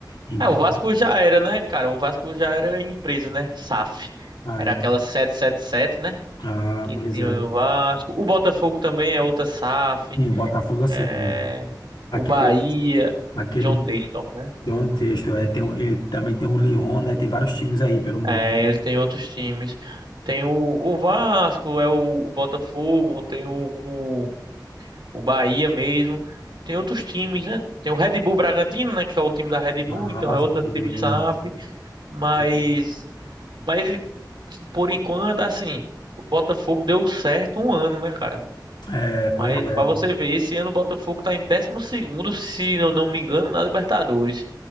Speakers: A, on the left; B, on the right.
A: Então,
B: É, o Vasco já era, né, cara? O Vasco já era empresa, né? SAF.
A: ah,
B: Era
A: é.
B: aquela sete, sete sete, né?
A: Ah,
B: Que
A: pois
B: tinha
A: é.
B: o Vasco. O Botafogo também é outra SAF.
A: Sim, o Botafogo eu sei,
B: É...
A: né? Aquele,
B: O Bahia.
A: aquele
B: John Texton, né?
A: Don Texto, é, tem, o- ele também tem o Lyon, né? Tem vários times aí pelo mundo.
B: É, ele tem outros times. Tem o, o Vasco, é o, o Botafogo, tem o, o o Bahia mesmo. Tem outros times, né? Tem o Red Bull Bragantino, né? Que é o time da Red Bull,
A: Ah,
B: então é outro
A: sim.
B: time SAF. Mas.
A: né?
B: Mas Por enquanto, assim, o Botafogo deu certo um ano, né, cara?
A: É,
B: Mas
A: pois é.
B: pra você ver, esse ano o Botafogo tá em décimo segundo se eu não me engano, na Libertadores.